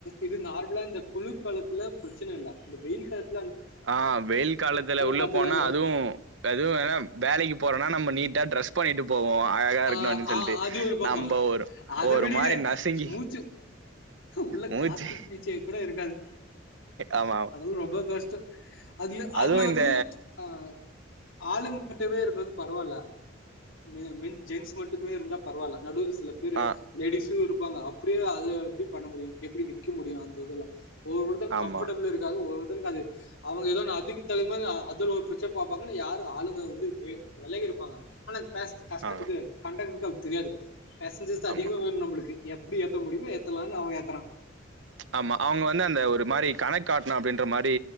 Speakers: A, on the left (about 85°); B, on the right (about 70°).
A: இது நார்மலா இந்த குளிர்காலத்துல பிரச்சன இல்ல இந்த வெயில் காலத்
B: ஆ வெயில் காலத்துல உள்ள
A: பாத்துக்கோங்க.
B: போனா அதுவு அதுவு ஏனா வேலைக்கு போறோனா நம்ப நீட்டா டிரே ரஸ் பண்ணிட்டு போவோம். அழகா இருக்கணும்
A: ஆ
B: அப்டின்னு சொல்ட்டு.
A: ஆ அது ஒரு பக்கோ
B: நம்ப ஒரு
A: அத
B: ஒரு
A: விடுங்க
B: மாரி நசுங்கி
A: மூச்சி உள்ள
B: மூச்சு
A: காத்து பீச்சே கூட இருக்காது
B: ஆமா. ஆமா.
A: அதெல்லா ரொம்போ கஷ்டோ அதுல
B: அதுவும்
A: அதுல வந்து
B: இந்த
A: ஆ ஆளுங்க மட்டுமே இருந்தத பரவால மே மென் ஜென்ஸ் மட்டுமே இருந்தா பரவால நடுல சில பேரு
B: ஆ
A: லேடிஸு இருப்பாங்க அப்டே அத எப்டி பண்ண முடியு எப்டி நிக்க முடியு அந்த இதுல ஒரு ஒரு எடத்துல
B: ஆமா.
A: கம்ஃபட்டபுல் இருக்காது ஒரு துன்காது அவங்க எதோ நா அதுக்கு தகு மாரி ஆ அதுல ஒரு பிரச்சன பாப்பாங்கனு யாரு ஆளுங்க வந்து வே வெலகி குப்பாங்க ஆனா பேச தக்குதே
B: ஆ.
A: கண்டக்டருக்கு தெரியாது பேசஞ்சர்ஸ் அதிகமா
B: ஆமா
A: வேணு நம்புளுக்கு எப்டி ஏத்த முடியுமோ ஏத்தலாம்னு அவெ ஏத்துறான்
B: ஆமா அவுங்க வந்து அந்த ஒரு மாரி கணக்காட்ணம் அப்டின்ற மாரி